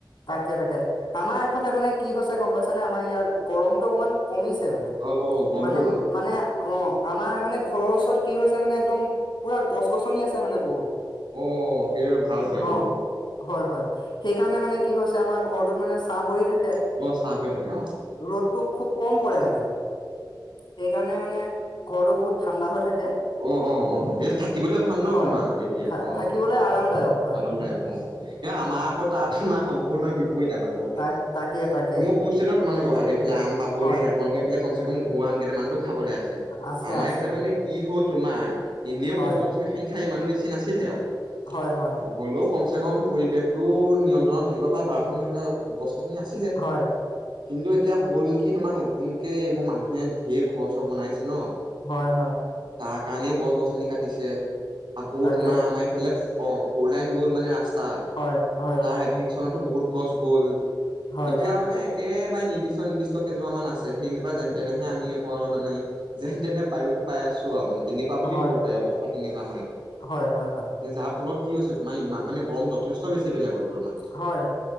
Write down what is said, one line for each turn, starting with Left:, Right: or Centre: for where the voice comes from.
Left: তাকে তাকে আমাৰ এইফালে মানে কি হৈছে গম পাইছানে আমাৰ ইয়াৰ গৰমতটো অকমান কমিছে মানে
Right: অ অ গমটো
Left: মানে মানে অঁ আমাৰ মানে ঘৰৰ ওচৰত কি হৈছে মানে একদম পুৰা গছ গছনি আছে মানে বহুত
Right: অ সেইদৰে ভাল পায় ন
Left: অ, হয় হয় সেইকাৰণে মানে কি হৈছে আমাৰ ঘৰটোত মানে ছাহ পৰি থাকে।
Right: অ চাহ পৰি থাকে অ
Left: ৰ'দটো খুব কম
Right: আহ
Left: পৰে মানে সেইকাৰণে মানে ঘৰটো বহুত ঠাণ্ডা হৈ থাকে
Right: অ অ অ এ থাকিবলৈ ভাল ন
Left: হয়
Right: তোমাৰ তেতিয়া অঁ
Left: থাকিবলৈ আৰামদায়ক হয়
Right: আৰামদায়ক অ। আমাৰ আকৌ তাত আমাৰ সম্প সম্পূৰ্ণ বিপ বিপৰীত আমাৰ ঘৰ ফালে।
Left: তাক তাকে তাকে
Right: সেই মই কৈছ ন তোমালোকৰ এইফালে আম পাবলৈ
Left: হয়
Right: তোমালোকৰ এইফালে কমচ কম ঘৰুৱা আম কেইটামানতো খাবলৈ আছে,
Left: আছে
Right: আমাৰ
Left: আছে
Right: এইফালে মানে কি হল তোমাৰ এনেও
Left: হয়
Right: গছ গছনিৰ সংখ্যা ইমানো বেছি বেছি নাছিলে আৰু হ'লেও
Left: হয় হয়
Right: কম চে কম পৰিবেশতটো নিয়ন্ত্ৰণত থাকিব পাৰে বাৰশ মান থকা গছ গছনি আছিলে।
Left: হয়
Right: কিন্তু এতিয়া হ'ল কি তোমাৰ নতুনকে এইবোৰ মানুহে ঢেৰ ঘৰ চৰ বনাইছে ন
Left: হয় হয়
Right: তাৰ কাৰণে গছ গছনি কাট কাটিছে, আকৌ
Left: তাকে
Right: তোমাৰ আমাৰ এইফালে ফ'ৰলাইন গ'ল মানে টা
Left: হয় হয়
Right: তাৰ
Left: হয়
Right: এভেকচনতো বহুত গছ গ'ল
Left: হয়
Right: এতিয়া
Left: হয়
Right: মানে একেবাৰে নিৰ্দিষ্ট নিৰ্দিষ্ট কেইজোপা মান আছে। সেইগিজোপা যেন তেনেহে আমি অকল মানে যেন তেনে বায়ুতটো পাই আছো আৰু মানে তেনেকুৱা বুলি
Left: হয়
Right: ক'ব পাৰি অৱস্থা তেনেকুৱা আমাৰ,
Left: হয় হয়
Right: যাৰ ফলত কি হৈছে তোমাৰ ইমান মানে গৰম যথেষ্ট বেছি কি বেলেগত। তুলনা
Left: হয়